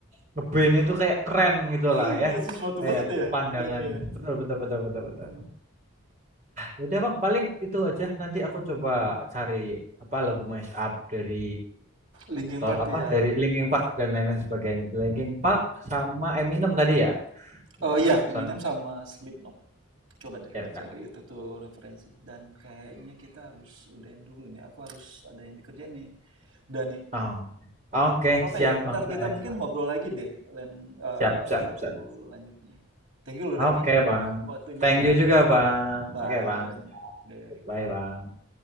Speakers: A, on the right; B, on the right.
A: ngeband itu kayak keren gitu
B: Iya
A: lah ya.
B: sesuatu
A: Kayak
B: banget ya
A: pandangan.
B: Dani ya.
A: Betul, betul, betul, betul, betul.
B: Hmm.
A: Ya Udah bang, paling itu aja. Nanti aku coba cari apa lagu Mash Up dari
B: Linkin
A: to-
B: Park
A: apa
B: ya.
A: dari Linkin Park dan lain-lain sebagainya. Linkin Park sama Eminem tadi ya. Udah,
B: Oh iya
A: soalnya.
B: Eminem sama Slipknot. Coba deh
A: Ya udah.
B: cari itu tuh referensi dan kayaknya kita harus udahin dulu nih. Aku harus ada yang dikerjain nih. Dani,
A: Oh, Oke,
B: nggak apa-apa
A: siap
B: ya.
A: Bang
B: Ntar
A: Said.
B: kita mungkin ngobrol lagi deh lain eh,
A: Siap, siap,
B: di waktu
A: siap.
B: lanjutnya. Thank you loh
A: Oke,
B: Dani,
A: Bang.
B: waktunya
A: Thank
B: ya.
A: you juga, Bang.
B: Bye
A: Oke, Bang.
B: Dani. Deh.
A: Goodbye, Bang.